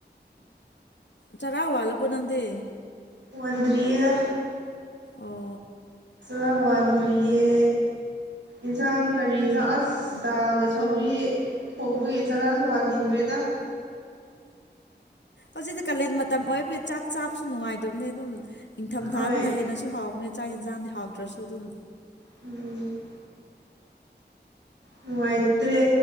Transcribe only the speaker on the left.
ꯆꯔꯥ ꯋꯥꯜꯂꯕꯣ ꯅꯪꯗꯤ
ꯑꯣ
ꯍꯧꯖꯤꯛꯇꯤ ꯀꯥꯂꯦꯟ ꯃꯇꯝ ꯑꯣꯏꯕꯒꯤ ꯆꯥꯛ ꯆꯥꯕꯁꯨ ꯅꯨꯡꯉꯥꯏꯇꯕꯅꯦ ꯑꯗꯨꯝ ꯏꯪꯊꯝꯊꯥꯗꯅ
ꯍꯦꯟꯅꯁꯨ ꯍꯥꯎꯕꯅꯤ ꯆꯥꯛ ꯌꯦꯟꯁꯥꯡꯗꯤ ꯍꯥꯎꯗ꯭ꯔꯁꯨ ꯑꯗꯨꯝ